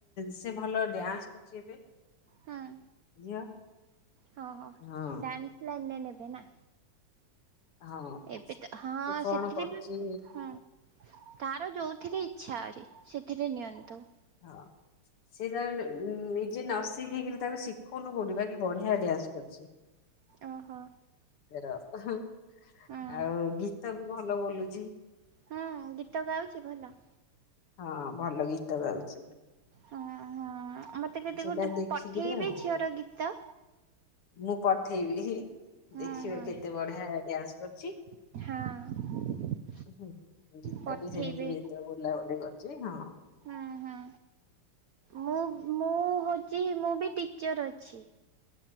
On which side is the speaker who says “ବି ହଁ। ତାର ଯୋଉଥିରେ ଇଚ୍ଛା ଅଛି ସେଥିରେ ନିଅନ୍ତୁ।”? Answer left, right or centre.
Right